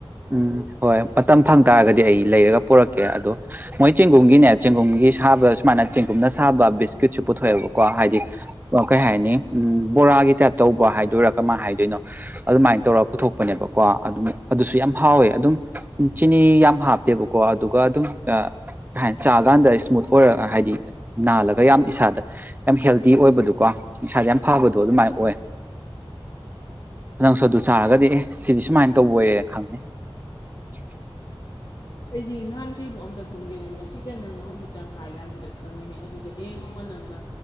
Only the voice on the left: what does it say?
ꯑꯩꯗꯤ ꯅꯍꯥꯟꯈꯩꯕꯨ ꯑꯝꯇ ꯈꯪꯒꯦꯅꯦ ꯉꯁꯤꯗ ꯅꯪꯅ ꯍꯧꯖꯤꯛꯇꯪ ꯍꯥꯏ ꯀꯥꯟꯁꯤꯗ ꯈꯪꯉꯤꯅꯦ ꯑꯗꯨꯗꯤ ꯍꯌꯦꯡ ꯅꯣꯡꯃ ꯅꯪꯅ